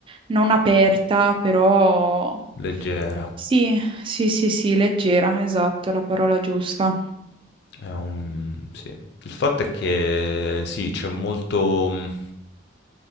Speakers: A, on the right; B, on the left.
A: non aperta, però
B: Leggera.
A: Sì, sì, sì, sì, leggera, esatto, è la parola giusta.
B: È un sì. Il fatto è che sì, c'è molto mhmm,